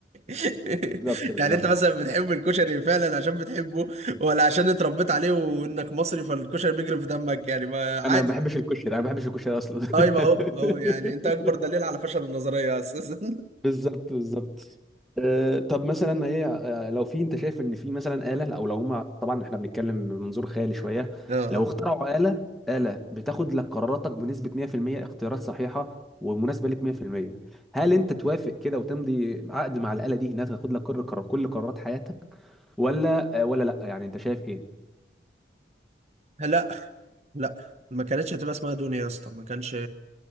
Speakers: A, on the right; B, in the centre.
A: <laughs>
B: بالظبط بالظبط
A: يعني انت مثلا بتحب الكشري فعلا عشان بتحبه ولا عشان اتربيت عليه وانك مصري فالكشري بيجري في دمك يعني ما عادي
B: انا ما بحبش الكشري انا ما بحبش الكشري اصلا
A: طيب اهو اهو
B: <laughs>
A: يعني انت اكبر دليل على فشل النظريه اساسا
B: بالظبط بالظبط آه، طب مثلا ايه آه، لو في انت شايف ان في مثلا آلة او لو هما طبعا احنا بنتكلم من منظور خيالي شوية
A: <laughs> اه
B: لو اخترعوا آلة آلة بتاخد لك قراراتك بنسبة 100% اختيارات صحيحة ومناسبة لك 100% هل انت توافق كده وتمضي عقد مع الآلة دي انها تاخد لك كل قرار كل قرارات حياتك ولا آه، ولا لا يعني انت شايف ايه
A: لا لا ما كانتش هتبقى اسمها دنيا يا اسطى ما كانش